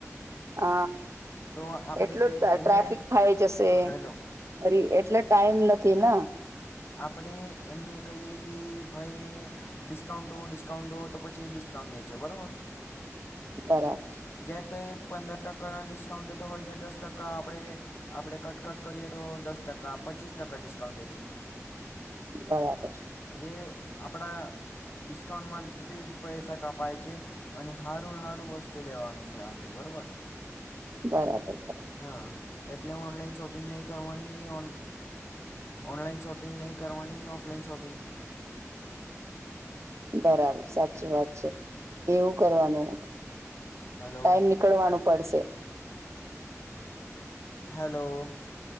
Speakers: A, on the right; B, on the left.
A: હ.
B: તો આપણે
A: એટલું
B: તે
A: ટ્રાફિક
B: એમને
A: થાય જશે
B: હેલો
A: રી એટલે ટાઈમ નથી ન.
B: હ આપણે એમને કહીએ કે ભાઈ ડિસ્કાઉન્ટ દો ડિસ્કાઉન્ટ દો તો પછી ડિસ્કાઉન્ટ <unintelligible> છે બરોબર.
A: બરાબર.
B: જયાં તો એ પંદર ટકાના ડિસ્કાઉન્ટે તો હોય છે દસ ટકા આપડે આપડે કટકટ કરીએ તો દસ ટકા પચીસ ટકા ડિસ્કાઉન્ટ દે છે.
A: બરાબર છે.
B: કે આપડા ડિસ્કાઉન્ટમાં બી પૈસા કપાય છે અને હારુંન હારું વસ્તુ લેવાનું છે આપડે. બરોબર.
A: બરાબર.
B: હા એટલે ઓનલાઈન શોપિંગ નહીં કરવાની અ ઓનલાઈન શોપિંગ ન નહીં કરવાની ઓફલાઇન શોપિંગ
A: બરાબર સાચી વાત છે એવું કરવાનું.
B: હેલો
A: ટાઈમ નીકળવાનું પડશે.
B: હેલો.